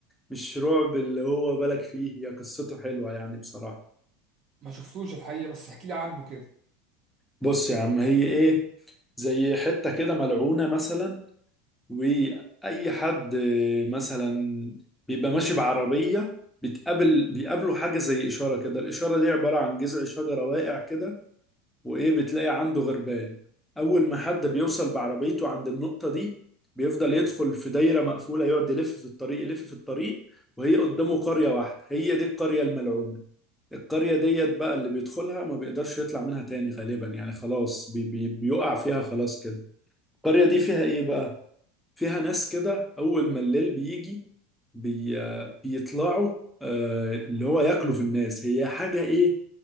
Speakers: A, in the centre; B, on the right.
A: مش رعب اللي هو بالك فيه هي قصته حلوة يعني بصراحة
B: ما شفتوش الحقيقة بس احكي لي عنه كده
A: بص يا عم هي ايه زي حتة كده ملعونة مثلا واي حد مثلا بيبقى ماشي بعربية بتقابل بيقابله حاجة زي إشارة كده الإشارة دي عبارة عن جذع شجرة واقع كده وايه بتلاقي عنده غربان اول ما حد بيوصل بعربيته عند النقطة دي بيفضل يدخل في دايرة مقفولة يقعد يلف في الطريق يلف في الطريق وهي قدامه قرية واحدة هي دي القرية الملعونة القرية ديت بقى اللي بيدخلها ما بيقدرش يطلع منها تاني غالبا يعني خلاص بي بي بيقع فيها خلاص كده القرية دي فيها ايه بقى فيها ناس كده اول ما الليل بيجي بي بيطلعوا آه، اللي هو ياكلوا في الناس هي حاجة ايه